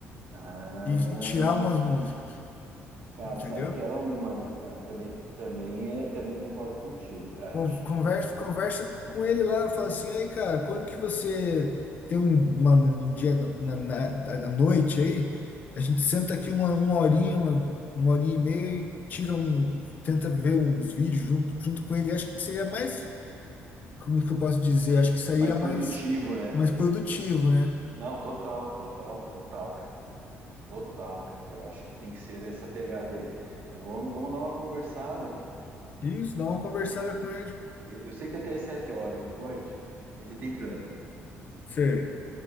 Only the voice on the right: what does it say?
Ah,
cara,
sabe que era uma, né, cara? Também, também é, também concordo contigo, cara.
Acho
que
mais produtivo,
né?
Não, total, total, total, cara. Total, cara. Eu acho que tem que ser essa pegada aí. Eu vou, vamos dar uma conversada.
De- Eu sei que até as sete horas da noite ele tem trampo.